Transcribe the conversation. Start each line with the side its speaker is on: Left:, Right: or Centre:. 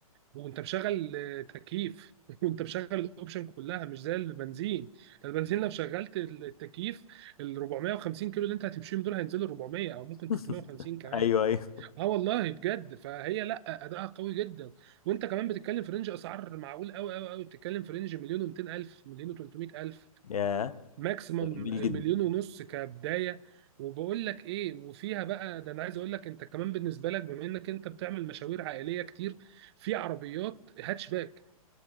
Right: وانت مشغل آه، تكييف <laughs> وانت مشغل الاوبشن كلها مش زي البنزين البنزين لو شغلت التكييف ال 450 كيلو اللي انت هتمشيهم دول هينزلوا 400 او ممكن
Left: <laughs>
Right: 350 كمان
Left: ايوه ايوه
Right: اه والله بجد فهي لا اداءها قوي جدا وانت كمان بتتكلم في رينج اسعار معقول قوي قوي قوي بتتكلم في رينج مليون و200 الف مليون و300 الف
Left: يا
Right: ماكسيمم
Left: ده جميل جدا
Right: مليون ونص كبدايه وبقول لك ايه وفيها بقى ده انا عايز اقول لك انت كمان بالنسبه لك بما انك انت بتعمل مشاوير عائليه كتير في عربيات هاتش باك